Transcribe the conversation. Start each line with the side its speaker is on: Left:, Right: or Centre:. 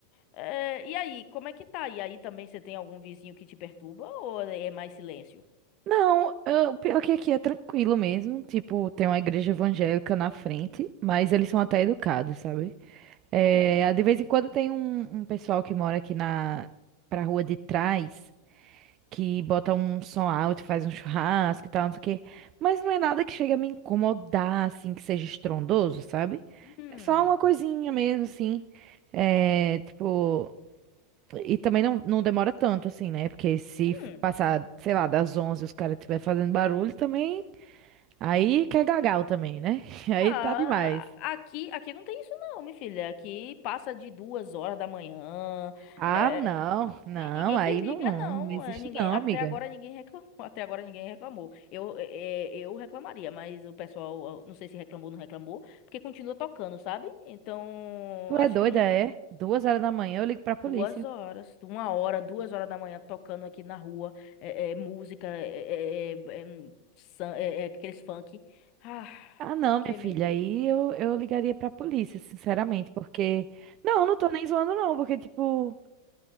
Left: É, e aí, como é que tá? E aí também você tem algum vizinho que te perturba ou é mais silêncio?
Right: Não, eu- o pior é que aqui é tranquilo mesmo. Tipo, tem uma igreja evangélica na frente, mas eles são até educados, sabe? É,
Left: Hum,
Right: de vez em quando tem um, um pessoal que mora aqui na pra rua de trás. que bota um som alto, faz um churrasco e tal, não sei o quê. Mas não é nada que chega a me incomodar, assim, que seja estrondoso, sabe?
Left: hum,
Right: É só uma coisinha mesmo, assim. É, tipo. E também não, não demora tanto, assim, né? Porque se
Left: hum.
Right: passar, sei lá, das 11 e os caras estiver fazendo barulho também. Aí quer gagal também, né? <laughs> Aí
Left: Ah,
Right: tá demais.
Left: aqui, aqui não tem isso não, minha filha. Aqui passa de duas horas da manhã.
Right: Ah,
Left: é,
Right: não, não,
Left: Tem ninguém
Right: aí
Left: que liga,
Right: não,
Left: não.
Right: não existe
Left: É, ninguém,
Right: não,
Left: até
Right: amiga.
Left: agora ninguém reclamou. Até agora ninguém reclamou. Eu, é, é, eu reclamaria, mas o pessoal, eu não sei se reclamou ou não reclamou, porque continua tocando, sabe? Então,
Right: Tu é
Left: acho
Right: doida,
Left: que não-
Right: é? Duas horas da manhã eu ligo pra polícia.
Left: duas horas, uma hora, duas horas da manhã tocando aqui na rua, é, é, música, é, é, é, é, hum, san- é, é, aqueles funk. Ah,
Right: Ah, não,
Left: por que,
Right: minha filha,
Left: meu Deus?
Right: aí eu, eu ligaria pra polícia, sinceramente, porque. Não, não tô nem zoando, não, porque, tipo,